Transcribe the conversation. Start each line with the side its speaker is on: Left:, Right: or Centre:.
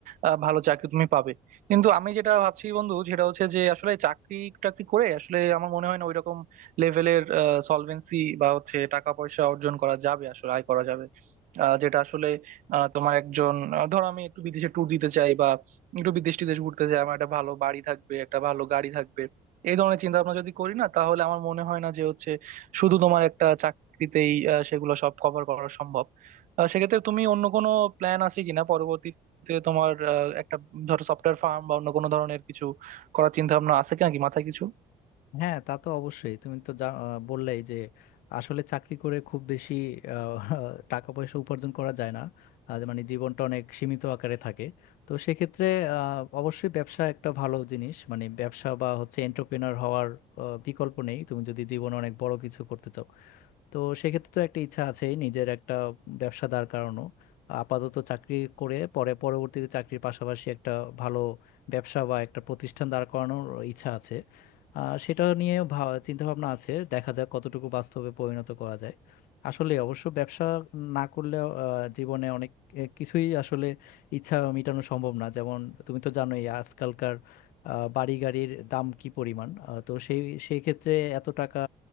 Right: আহ, ভালো চাকরি তুমি পাবে কিন্তু আমি যেটা ভাবছি বন্ধু সেটা হচ্ছে যে আসলে চাকরি টাকরি করে আসলে আমার মনে হয় না ওইরকম লেভেলের সলভেন্সি বা হচ্ছে টাকা পয়সা অর্জন করা যাবে আসলে আয় করা যাবে আহ, যেটা আসলে আহ, তোমার একজন আহ, ধরো আমি একটু বিদেশে ট্যুর দিতে চাই বা একটু বিদেশ টিদেশ ঘুরতে চাই আমার একটা ভালো বাড়ি থাকবে একটা ভালো গাড়ি থাকবে এই ধরনের চিন্তা ভাবনা যদি করি না তাহলে আমার মনে হয় না যে হচ্ছে শুধু তোমার একটা চাকরিতেই আহ, সেগুলো সব কভার করা সম্ভব আহ সেক্ষেত্রে তুমি অন্য কোনো প্ল্যান আছে কিনা পরবর্তীতে তোমার আহ, একটা ধরো সফটওয়্যার ফার্ম বা অন্য কোনো ধরনের কিছু করার চিন্তা ভাবনা আছে কিনা কি মাথায় কিছু
Left: হ্যাঁ তা তো অবশ্যই তুমি তো যা আহ, বললেই যে আসলে চাকরি করে খুব বেশি আহ, <laughs> টাকা পয়সা উপার্জন করা যায় না আহ, মানে জীবনটা অনেক সীমিত আকারে থাকে তো সেক্ষেত্রে আহ, অবশ্যই ব্যবসা একটা ভালো জিনিস মানে ব্যবসা বা হচ্ছে এন্টারপ্রেনার হওয়ার আহ, বিকল্প নেই তুমি যদি জীবনে অনেক বড় কিছু করতে চাও তো সেক্ষেত্রে তো একটা ইচ্ছা আছে নিজের একটা ব্যবসা দাঁড় করানো আপাতত চাকরি করে পরে পরবর্তীতে চাকরির পাশাপাশি একটা ভালো ব্যবসা বা একটা প্রতিষ্ঠান দাঁড় করানোর ইচ্ছা আছে আহ, সেটা নিয়ে ভাব- চিন্তাভাবনা আছে দেখা যাক কতটুকু বাস্তবে পরিণত করা যায় আসলে অবশ্য ব্যবসা না করলে জীবনে অনেক আহ, কিছুই আসলে ইচ্ছা মেটানো সম্ভব না যেমন তুমি তো জানোই আজকালকার আহ, বাড়ি গাড়ির দাম কি পরিমাণ আহ, তো সেই সেই ক্ষেত্রে এত টাকা